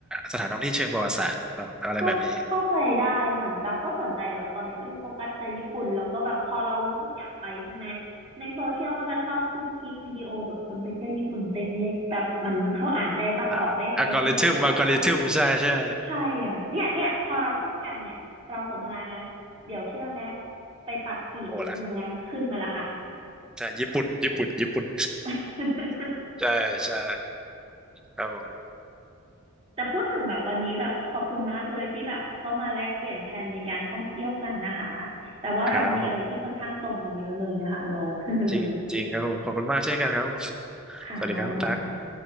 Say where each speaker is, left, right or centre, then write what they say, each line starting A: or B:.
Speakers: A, in the centre; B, on the right (about 25°).
A: สถานท่องเที่ยวเชิงประวัติศาสตร์แบบอะไรแบบนี้
B: เข้าเข้าใจได้เหมือนตั๊กก็สนใจแบบตอนนี้เอ้ยโฟกัสแต่ญี่ปุ่นแล้วก็แบบพอเรารู้สึกอยากไปใช่ไหมในโซเชียลก็จะชอบขึ้นคลิปวิดีโอแบบคนไปเที่ยวญี่ปุ่นเต็มเลยแบบมันเขาอ่านใจตั๊กออกได้ยังไงก็ไม่รู้ว่าอยากไป
A: อ่าอัลกอริทึมอัลกอริทึมใช่ใช่
B: ใช่ค่ะเนี่ยเนี่ยพอเราพูดกันเนี่ยเราสนทนากันนะเดี๋ยวเชื่อไหมไปปัดฟีดนิดนึงนะขึ้นมาละค่ะ
A: โอ้ล่ะใช่ญี่ปุ่นญี่ปุ่นญี่ปุ่น
B: <laughs>
A: <laughs> ใช่ใช่ครับผม
B: แต่พูดถึงแบบวันนี้แบบขอบคุณมากเลยที่แบบเข้ามาแลกเปลี่ยนแผนในการท่องเที่ยวกันนะคะแต่ว่าเรามีอะไรที่ค่อนข้างตรงกันเยอะเลยนะคะคุณโอ๊ค
A: ครับขอบ
B: <laughs>
A: จริงจริงครับผมขอบคุณมากเช่นกันครับ
B: ค่ะ
A: สวัสดีครับคุณตั๊ก